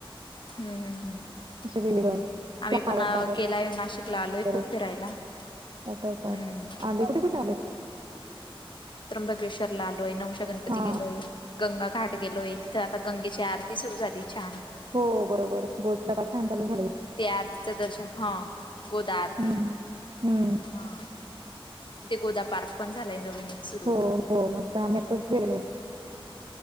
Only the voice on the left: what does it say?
हम्म हम्
हम् हो आम्ही
पण
केलाय नाशिकला आलोय
खूप फिरायला.
हम्म
त्र्यंबकेश्वरला आलोय नऊशा गणपती
गेलोय. गंगाघाट गेलोय तिथं आता गंगेची आरती सुरू झाली छान
ते आजच आरतीच दर्शन हा गोदा आरती
हा तिथे गोदा पार्क पण झालाय नवीन सुरू